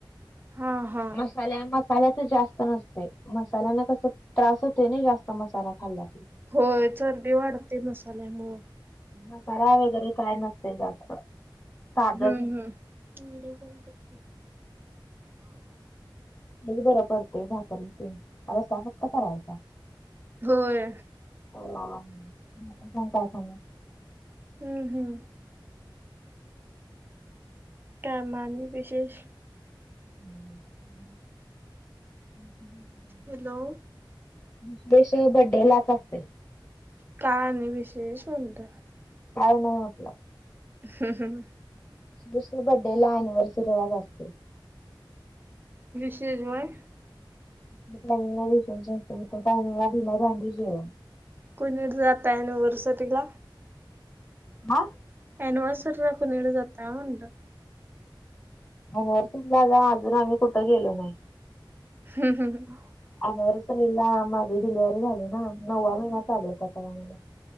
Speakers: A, on the right; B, on the left.
A: हा हा
B: मसाल्या मस्त मसाल्याच जास्त नसते मसाल्यांना कस त्रास होत नाही जास्त मसाला खाल्ला की
A: होय चरबी वाढती मसाल्यामुळ
B: मसाला वगैरे काय नसते जास्त साधच
A: हं हं व्हिडिओ कॉल कर की हो का?
B: हेच बरं पडतय भाकरी ते रस्सा फक्त करायचा
A: होय...
B: का
A: हम्म हम्म काय मग आणि विशेष
B: ह
A: हॅलो.
B: विशेष बडेलाच असते.
A: काय नाही विशेष म्हणत
B: काय नाही म्हटलं
A: हम् हम
B: दुसऱ्या बडेला अनिव्हर्सरीलाच असते.
A: शेजवान
B: टाइमीगल भांडी जेवन
A: कोणीकडे जाता अनिव्हर्सिला आह
B: हा
A: एनिव्हसरीला कोणी कडे जातय म्हणल
B: हो सुद्धा अजून आम्ही कुठं गेलो नाही.
A: हम् हम ह
B: एनिवर्सरीला माझी डिलेव्हरी झाली ना नववा महिना चालू होता तेव्ह मला